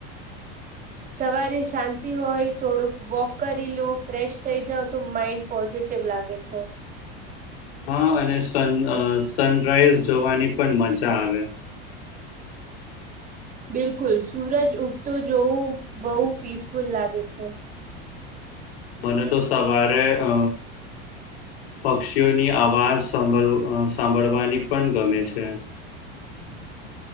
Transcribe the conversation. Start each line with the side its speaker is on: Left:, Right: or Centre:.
Right: સવારે શાંતિ હોય, થોડુંક વોક કરી લુ, ફ્રેશ થઈ જાવ તો માઇન્ડ પોઝિટ પોઝિટિવ લાગે છે.
Left: હા અને સન સનરાઈઝ જોવાની પણ મજા આવે.
Right: બિલકુલ. સુૂરજ ઉગતો જોવું બઉ પીસફુલ લાગે છે.
Left: મને તો સવારે અ પક્ષીઓની આવાજ સાંભળ, સાંભળવાની પણ ગમે છે.
Right: હમમ.